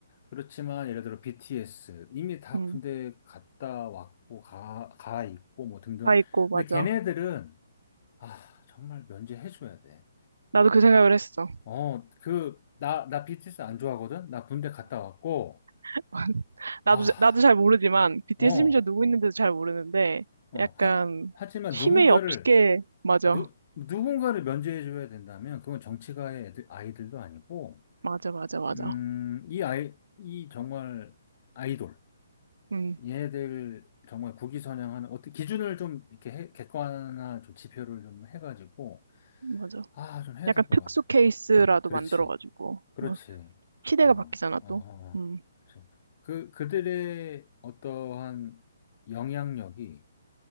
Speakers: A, on the left; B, on the right.
A: 그렇지만 예를 들어 BTS 이미 다
B: 음,
A: 군대 갔다 왔고 가, 가 있고 뭐 등등.
B: 다 있고
A: 근데
B: 맞아.
A: 걔네들은 아, 정말 면제해줘야 돼.
B: 나도 그 생각을 했어.
A: 어, 그, 나, 나 BTS 안 좋아하거든? 나 군대 갔다 왔고,
B: <laughs>
A: 아,
B: 나도 나도 잘 모르지만 BTS
A: 어,
B: 심지어 누구 있는지도 잘 모르는데
A: 어,
B: 약간
A: 하, 하지만
B: 힘이
A: 누군가를,
B: 없게 맞아,
A: 누, 누군가를 면제해줘야 된다면, 그건 정치가의 애들, 아이들도 아니고,
B: 맞아, 맞아, 맞아.
A: 음, 이 아이, 이 정말 아이돌,
B: 음,
A: 얘들 정말 국위선양하는, 어떻게 기준을 좀 이렇게 해- 객관화 좀 지표를 좀 해가지고,
B: 맞아.
A: 아, 좀 해야
B: 약간
A: 될 것
B: 특수
A: 같아.
B: 케이스라도
A: 그렇지.
B: 만들어가지고
A: 그렇지.
B: 막 시대가
A: 어,
B: 바뀌잖아
A: 어, 어,
B: 또.
A: 어.
B: 음,
A: 그렇지. 그, 그들의 어떠한 영향력이